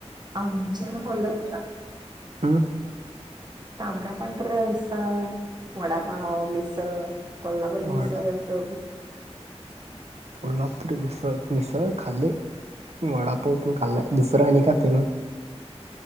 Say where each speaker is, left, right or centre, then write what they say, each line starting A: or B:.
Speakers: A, on the right (about 40°); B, on the right (about 70°).
A: आमच्या कोल्हापूरला
B: <inaudible>
A: तांबडा, पांढरा रस्सा, वडापाव, मिसळ कोल्हापरी मिसळ.
B: वडा
A: <unintelligible>
B: कोल्हापुरी मिसळ मिसळ खाल्ली वडापाव पण खाल्ला आहे दुसरा आणि काय फेमस?